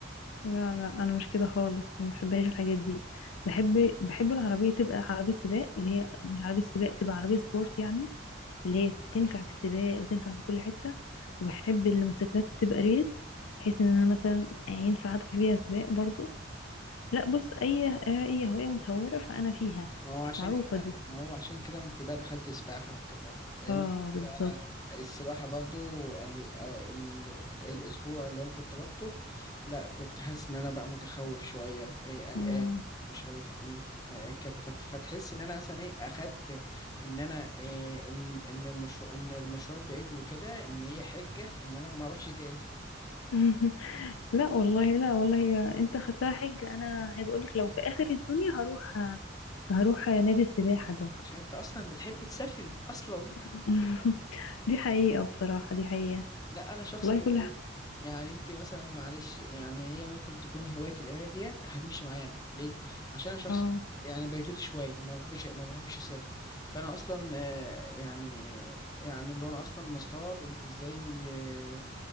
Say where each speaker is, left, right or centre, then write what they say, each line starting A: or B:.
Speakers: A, on the left (about 85°); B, on the left (about 20°).
A: لا لا انا مش كده خالص ما بحبهاش الحاجات دي بحب بحب العربيه تبقى عربيه سباق اللي هي مش عربيه سباق تبقى عربيه سبورت يعني اللي هي تنفع في السباق وتنفع في كل حته وبحب الموتوسيكلات تبقى ريس بحيث ان انا مثلا ينفع ادخل فيها سباق برضو لا بص اي اي هوايه متهوره فانا فيها
B: ما هو عشان
A: معروفه
B: كده
A: دي
B: ما هو عشان كده انت بقى دخلت سباحة وكده لأن
A: اه بالظبط
B: أنا السباحة برضو ال... أو ال... الأسبوع اللي أنا كنت روحته لا كنت حاسس إن أنا بقى متخوف شوية إيه قلقان
A: آه.
B: مش عارف إيه إيه كده فت... فتحس إن أنا مثلا إيه أخدت إن أنا إيه إن إن المشروع إن المشروع بعيد وكده إن هي حجة إن أنا ما أروحش تاني
A: <laughs> لا والله لا والله انت خدتها حج انا عايز اقولك لو في اخر الدنيا هروح هروح نادي السباحة ده
B: عشان أنت أصلا بتحب تسافري أصلا
A: <laughs> دي حقيقة بصراحة دي حقيقة
B: لا انا شخص
A: والله
B: بيتوتي
A: كلها
B: يعني انت مثلا معلش يعني هي ممكن تكون هوايه القرايه ديت هتمشي معايا انا ليه عشان انا شخص
A: اه
B: يعني بيتوتي شويه ما بحبش ما بحبش اسافر فانا اصلا آه، يعني يعني اللي هو انا اصلا مستغرب انت ازاي آه،